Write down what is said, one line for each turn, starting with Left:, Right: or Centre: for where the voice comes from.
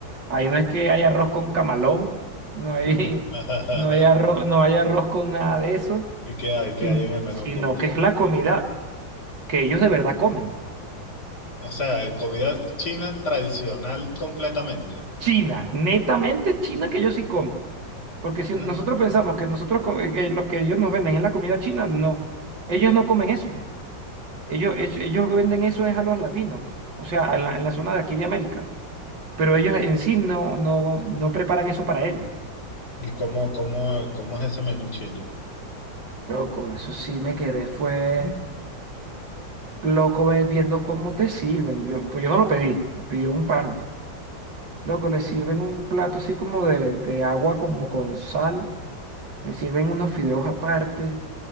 Right: Ahí no es que hay arroz con camalón, no hay,
Left: Ah,
Right: <laughs> no hay arroz,
Left: <laughs>
Right: no hay arroz con nada de eso,
Left: ¿Y qué hay? ¿Qué
Right: sin-
Left: hay en el menú
Right: sino
Left: oculto?
Right: que es la comida que ellos de verdad comen.
Left: O sea, eh, comida china tradicional completamente.
Right: China, netamente china que ellos sí comen. Porque
Left: Ah.
Right: si nosotros pensamos que nosotros co- que lo que ellos nos venden es la comida china, no. Ellos no comen eso. Ellos, ellos, ellos venden eso es a los latinos, o sea, en la, en la zona de aquí de América. Pero ellos en sí no, no, no preparan eso para ellos.
Left: ¿Y cómo, cómo, cómo es ese menú chino?
Right: Loco, eso sí me quedé, fue loco ve- viendo cómo te sirven. Yo, pues yo no lo pedí, lo pidió un pana. Loco, le sirven un plato así como de, de agua, como con sal. Le sirven unos fideos aparte.